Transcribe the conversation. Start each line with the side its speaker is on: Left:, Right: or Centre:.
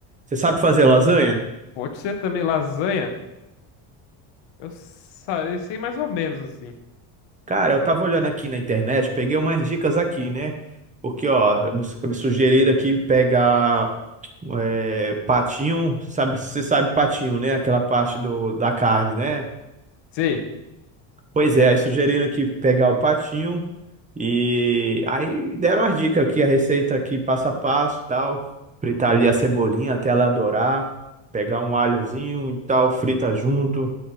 Right: Você sabe fazer lasanha?
Left: Pode ser também lasanha. Eu, sa- eu sei mais ou menos assim.
Right: Cara, eu tava olhando aqui na internet, peguei umas dicas aqui, né? Porque, ó, você- me sugeriram aqui pegar é, patinho, sabe, você sabe patinho, né? Aquela parte do, da carne, né?
Left: Sei.
Right: Pois é, aí sugeriram aqui pegar o patinho e aí deram as dicas aqui, a receita aqui passo a passo, e tal, fritar ali a cebolinha até ela dourar, pegar um alhozinho e tal, frita junto,